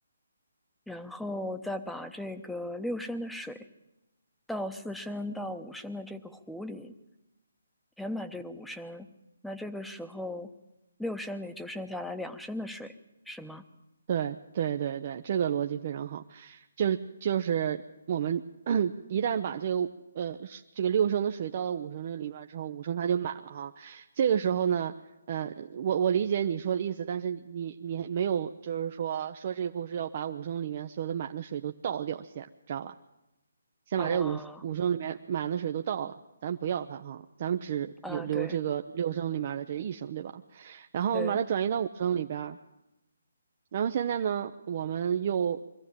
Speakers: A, in the centre; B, on the right.
A: 然后再把这个六升的水倒四升到五升的这个壶里填满这个五升，那这个时候六升里就剩下来两升的水，是吗？
B: 对对对对，这个逻辑非常好，就是就是我们 <clears throat> 一旦把这个呃是这个六升的水倒到五升这个里边儿之后，五升它就满了哈。这个时候呢，呃，我我理解你说的意思，但是你你还没有就是说说这一步是要把五升里面所有的满的水都倒掉先，知道吧？先把这五五升里面满的水都倒了，
A: 啊
B: 咱不要它哈，咱们只有留这个六升里面的这一升，
A: 啊，对
B: 对吧？然后我们把它转移到五升里边儿。
A: 对
B: 然后现在呢，我们又